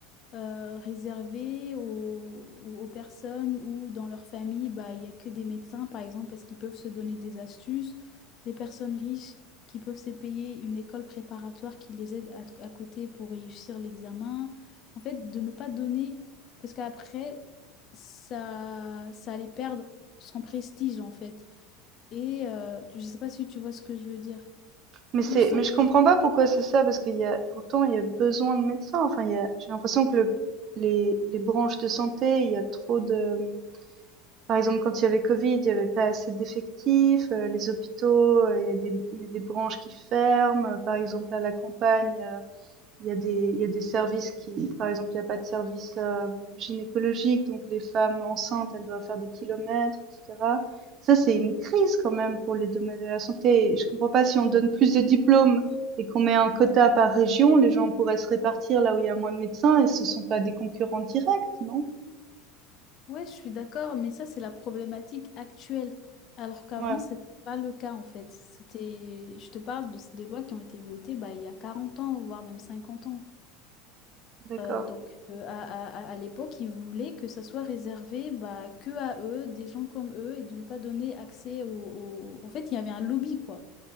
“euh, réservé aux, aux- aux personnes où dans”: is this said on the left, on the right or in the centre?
Left